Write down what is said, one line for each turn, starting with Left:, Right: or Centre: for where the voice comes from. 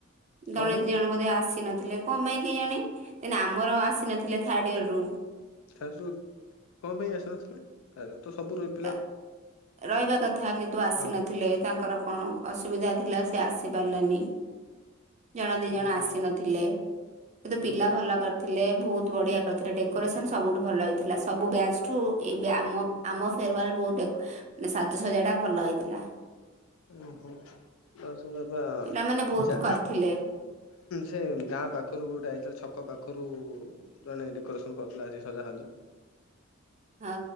Left: କଣ
Right: ଜଣେ
Left: ପାଇଁ
Right: ଦି ଜଣ ବ ଆସି ନଥିଲେ। କ ପାଇଁ କି ଜାଣ ଆମର ଆସିନଥିଲେ ଥାର୍ଡ ଇୟର ରୁ।
Left: ଥାର ର କଣ ପାଇଁ ଆସିନଥିଲେ ଥରେ ତ ସବୁ ର
Right: ତା ରହିବା କଥା କିନ୍ତୁ ଆସିନଥିଲେ
Left: ହଁ
Right: ତାଙ୍କର କଣ ଅସୁବିଧା ଥିଲା ସେ ଆସି ପାଲିନି ଜଣେ ଦି
Left: ଓହୋ
Right: ଜଣ ଆସି ନଥିଲେ କିନ୍ତୁ
Left: ଓହୋ
Right: ପିଲା ଭଲ କରି ଥିଲେ ବହୁତ ବଢ଼ିଆ କରିଥିଲେ ଡେକୋରେସନ୍ ସବୁଠୁ ଭଲ ହେଇଥିଲା ସବୁ ବ୍ୟାଚ୍ ଠୁ ଏବେ ଆମ ଆମ ଫେରୱଲ ବହୁତ ବେକ ମାନେ ସାଜସଜା ଟା ଭଲ ହେଇଥିଲା।
Left: ଓହୋ ବସ ବାବା
Right: ପିଲାମାନେ ବହୁତ
Left: ଚା
Right: କରିଥିଲେ
Left: ସେ ଗାଁ ପାଖରୁ ଗୋଟେ ଏଇତ ଛକ ପାଖରୁ ଜଣେ ଡକୋରେସନ କରିଥିଲା ଆ ସଜା ସଜି।
Right: ହଁ